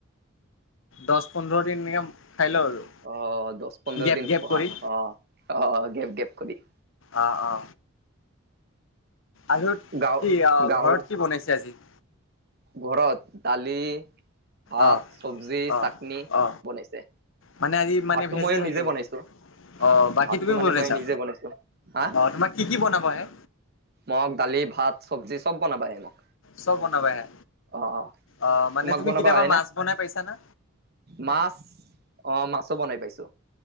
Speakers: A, on the left; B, on the right.
A: দহ পোন্ধৰ দিন এনেকে খাই লওঁ আৰু।
B: অ', দহ পোন্ধৰ
A: গেপ
B: দিন
A: গেপ
B: খোৱা
A: কৰি
B: অ' অ' গেপ গেপ কৰি।
A: অ', অ'। আৰু
B: গাঁও
A: কি
B: গাঁৱৰ
A: ঘৰত কি বনাইছে আজি?
B: ঘৰত দালি ভাত
A: অ
B: চব্জি
A: অ
B: চাটনি
A: অ
B: বনাইছে।
A: মানে আজি মানে
B: ভাতটো
A: ভেজে
B: মই নিজে
A: থাকিব
B: বনাইছো।
A: অ বাকী
B: ভাতটো
A: তুমি
B: মানে
A: বনাইছা
B: মই নিজে বনাইছো, হা?
A: অ তোমাক কি কি বনাব আহে
B: মই দালি ভাত চব্জি চব বনাবাই মোক।
A: চব বনাবয়ে
B: অ
A: অ' মানে
B: তোমাক
A: তুমি
B: বনাবা
A: কেতিয়াবা
B: আহে
A: মাছ
B: না
A: বনাই পাইছা না?
B: মাছ অ' মাছো বনাই পাইছো।